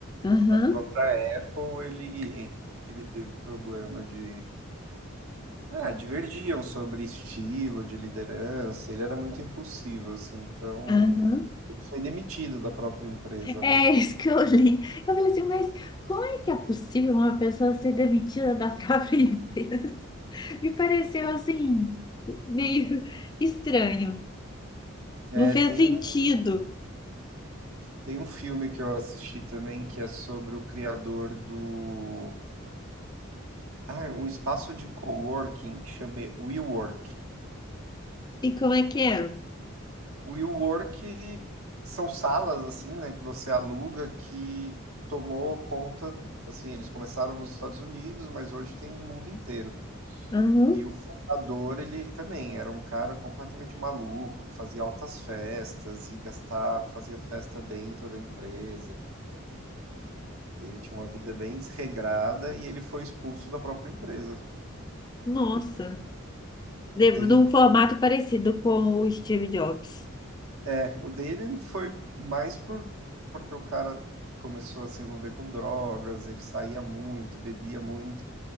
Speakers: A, on the left; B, on the right.
A: Aham,
B: Na própria Apple, ele, ele teve problema de. Ah, divergiam sobre estilo de liderança. Ele era muito impulsivo, assim. Então,
A: aham.
B: ele foi demitido da própria empresa,
A: É
B: né?
A: isso que eu li. Eu falei assim, mas como é que é possível uma pessoa ser demitida da <laughs> própria empresa? Me pareceu assim, meio estranho.
B: É,
A: Não fez
B: tem,
A: sentido.
B: tem um filme que eu assisti também que é sobre o criador do. Ah, um espaço de coworking que chama WeWork.
A: E como é que é?
B: O WeWork são salas assim, né, que você aluga que tomou conta, assim, eles começaram nos Estados Unidos, mas hoje tem no mundo inteiro.
A: Aham.
B: E o fundador, ele também era um cara completamente maluco, que fazia altas festas e gastava, fazia festa dentro da empresa. Ele tinha uma vida bem desregrada e ele foi expulso da própria empresa.
A: Nossa. de- num
B: Tem,
A: formato parecido com o Steve Jobs.
B: É, o dele foi mais por porque o cara começou a se envolver com drogas, ele saía muito, bebia muito